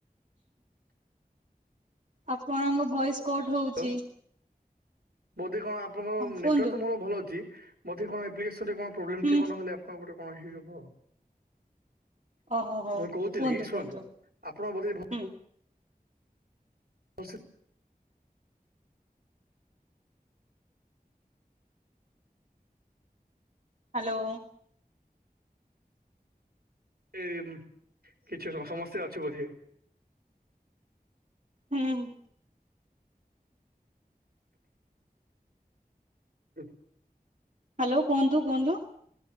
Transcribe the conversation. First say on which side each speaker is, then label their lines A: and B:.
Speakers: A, on the right; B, on the right.
A: ଆପଣଙ୍କ ଭଏସ କଟ ହୋଉଚି।
B: ହ୍ୟାଲୋ ବୋଧେ କଣ ଆପଣଙ୍କ
A: କୁହନ୍ତୁ
B: ନେଟୱାର ମୋର ଭଲ ଅଛି, ବୋଧେ କଣ ପ୍ରବଲେମ୍
A: ହୁଁ
B: ଥିବ ନହେଲେ ଆପଣଙ୍କ କଣ ହେଇିବ ଆ
A: ଓହୋ ହଉ
B: ମୁଁ କହୁଥିଲି
A: କୁହନ୍ତୁ
B: ଶୁଣନ୍ତୁ
A: କୁହନ୍ତୁ
B: ଆପଣଙ୍କ ବଧେ
A: ହୁଁ।
B: ଭ-
A: ହ୍ୟାଲୋ।
B: ଏଇ କିଛି ସମସ୍ୟା ଅଛି ବୋଧେ?
A: ହୁଁ।
B: ହୁଁ!
A: ହ୍ୟାଲୋ କୁହନ୍ତୁ କୁହନ୍ତୁ?